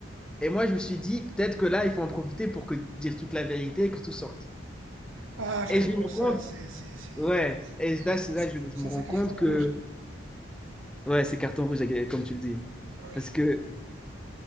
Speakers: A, in the centre; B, on the right.
A: Et moi, je me suis dit, peut-être que là, il faut en profiter pour que dire toute la vérité et que tout sorte.
B: Ah frérot,
A: Et je me rends
B: ça
A: compte,
B: c'est c'est c'est
A: ouais, et
B: ouais,
A: là, c'est
B: c'est-
A: là, je, je
B: ça
A: me rends
B: c'est
A: compte
B: carton
A: que,
B: rouge.
A: ouais, c'est carton rouge, comme tu le dis.
B: Ouais.
A: Parce que